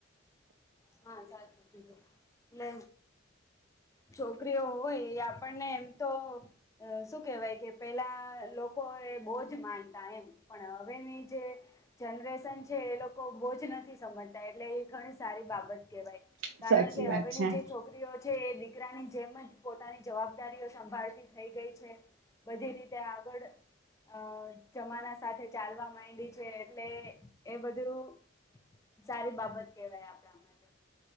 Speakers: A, on the left; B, on the right.
A: હા સાચું કીધું એટલે છોકરીઓ હોય એ આપણને એમ તો અ શું કેહેવાય કે પેલા લોકો એ બહુજ માનતા એમ પણ હવેની જે જનરેશન છે એ લોકો બોજ નથી સમજતા એટલે એ ઘણી સારી બાબત કેહેવાય
B: સાચી
A: કારણ કે
B: વાત
A: હવેની
B: છે
A: જે છોકરી દીરીઓ છે એ દીકરાની જેમ જ પોતાની જવાબદારીઓ સંભાળતી થઈ ગઈ છે. બધી રીતે આગળ અ જમાના સાથે ચાલવા માંડી છે એટલે એ બધું સારી બાબત કેહેવાય આપણા માટે